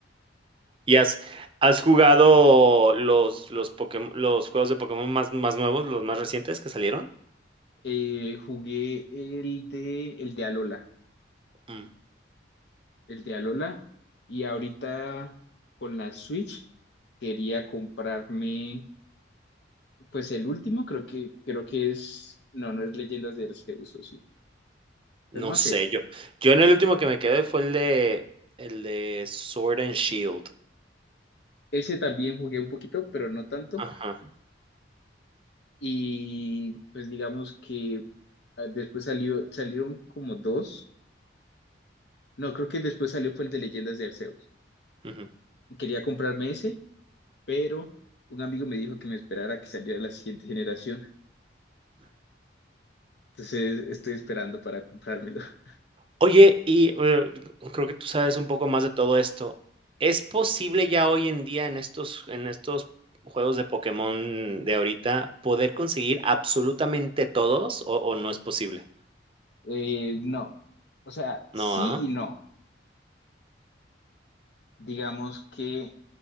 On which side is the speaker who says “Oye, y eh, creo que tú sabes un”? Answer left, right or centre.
Right